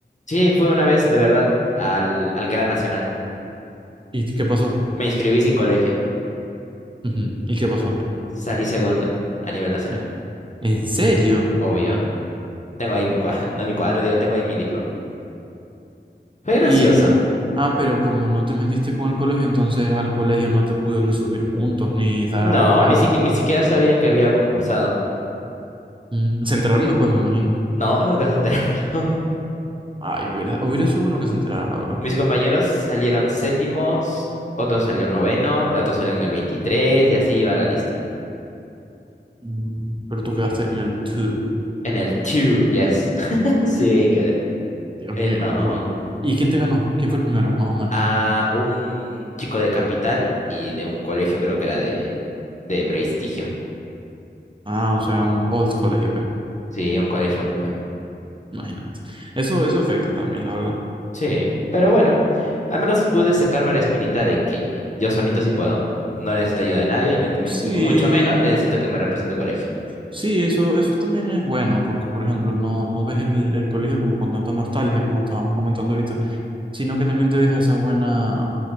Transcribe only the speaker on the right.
¿Y qué pasó?
Ujú. ¿Y qué pasó?
Eh, ¿En serio?
Y, ah, ah, pero como no te metiste con el colegio, entonces al colegio no te pudo ni subir puntos, ni dar algo,
algo.
Mm, se enteraron después, me imagino.
Ay, hubiera, hubiera sido bueno que se enteraran, la verdad.
Mm, pero tú quedaste en el 2.
Dios
mío,
qué cool. ¿Y quién te ganó? ¿Quién fue el primero, más o menos?
Ah, o sea, un old colegio, pues.
Imagínate. Eso, eso afecta también, la verdad.
Sí,
sí, eso, eso también es bueno, porque por ejemplo, no, no ves el, el colegio como con tanta nostalgia, como estábamos comentando ahorita, sino que también te deja esa buena,